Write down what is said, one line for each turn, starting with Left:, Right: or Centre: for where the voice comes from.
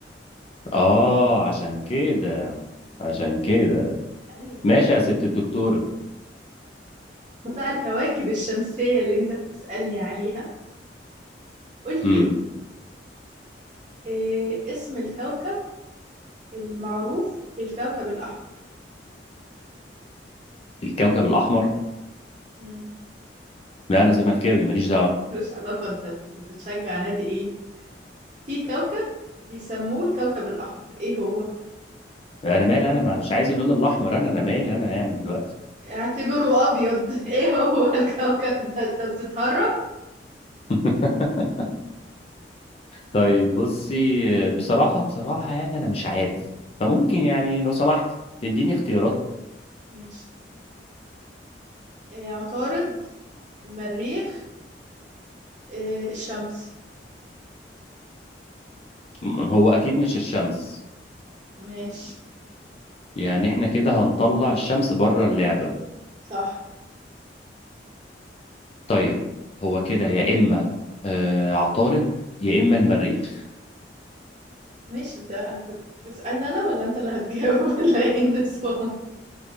Left: آه عشان كده عشان كده
Right: أيوة
Left: ماشي يا ست الدكتورة
Right: بقى الكواكب الشمسية اللي أنت بتسألني عليها قول
Left: امم
Right: لي إيه اسم الكوكب المعروف بالكوكب الأحمر
Left: الكوكب الأحمر
Right: مم.
Left: لا أنا زملكاوي ماليش دعوة
Right: ملوش علاقة أنت بت- بتشجع نادي إيه في كوكب بيسموه الكوكب الأحمر ايه هو؟
Left: أنا مالي أنا ما- مش عايز اللون الأحمر أنا أنا مالي أنا يعني دلوقتي
Right: اعتبره أبيض <laughs> ايه هو الكوكب ده؟ انت بتتهرب؟
Left: <laughs> طيب بصي آه، بصراحة بصراحة يعني أنا مش عارف فممكن يعني لو سمحت تديني اختيارات
Right: ماشي إيه عطارد المريخ إيه الشمس
Left: م- هو أكيد مش الشمس
Right: ماشي
Left: يعني احنا كده هنطلع الشمس بره اللعبة
Right: صح
Left: طيب هو كده يا إما آه عطارد يا إما المريخ
Right: ماشي انت هت- هتسألني انا ولا انت اللي هتجاوب <laughs> ولا ايه النظام؟